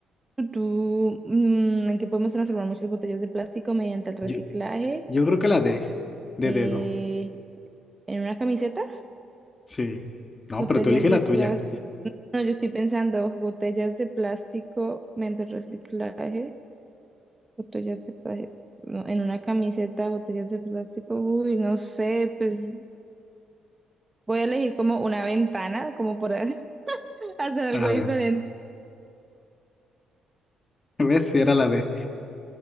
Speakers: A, on the right; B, on the left.
A: Tú, mm, en que podemos transformar muchas botellas de plástico mediante el reciclaje.
B: Yo, yo creo que la D, de
A: Eh,
B: dedo.
A: ¿en una camiseta?
B: Sí. No,
A: Botellas
B: pero tú elige la
A: de plástico.
B: tuya.
A: No, yo estoy pensando botellas de plástico mediante el reciclaje. Botellas de plástico. ¿no? en una camiseta, botellas de plástico. Uy, no sé, pues voy a elegir como una ventana, como por ahí. hacer algo
B: A ver,
A: diferente.
B: <laughs> ves si era la D.